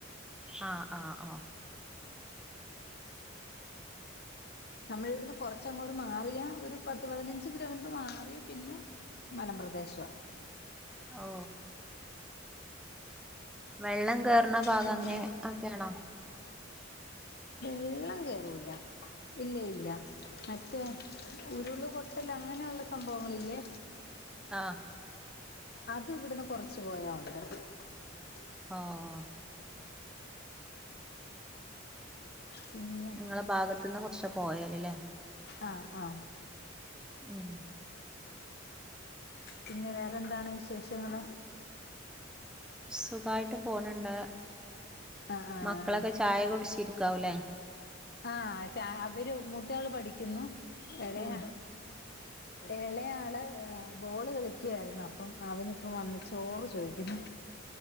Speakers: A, in the centre; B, on the left (about 50°).
A: ആഹ് ആഹ് ആഹ്
B: നമ്മൾ ഇവിടുന്ന് കൊറച്ചങ്ങോട്ട് മാറിയാ ഒരു പത്ത് പതിനഞ്ച് കിലോമീറ്റർ മാറിയാ പിന്നെ മലമ്പ്രദേശവാ
A: ഓ വെള്ളം കേറുന്ന ഭാഗം
B: പിന്നെ
A: അങ്ങനെ ഒക്കെആണോ
B: വെള്ളം കേറുല്ല ഇല്ലഇല്ല മറ്റേ ഉരുള് പൊട്ടല്ല് അങ്ങനെഉള്ള സംഭങ്ങളില്ലേ
A: ആഹ്
B: അത് ഇവിട്ന്ന് കൊറച്ച് പോയാ <unintelligible>
A: ഓഹ്
B: പിന്നെ
A: ഇങ്ങള ഭാഗത്ത്ന്ന് കൊറ്ച്ച പോയാല് ല്ലേ
B: ആഹ് ആഹ്
A: ഉം
B: പിന്നെ വേറെ എന്താണ് വിശേഷങ്ങൾ
A: സുഖായി ഫോണ് ഇണ്ട്
B: ആഹ്
A: മക്കളൊക്കെ
B: ആഹ്
A: ചായ കുടിച്ചിരിക്കാവുലേ
B: ആ ചാ അവര് മൂത്തയാള് പഠിക്ക്യുന്നു എളയ
A: ഉം
B: എളെ ആള് ബോള് കളിക്ക്യാര്ന്നു അപ്പം അവനിപ്പം വന്ന് ചോറ് ചോയ്ക്കുന്നു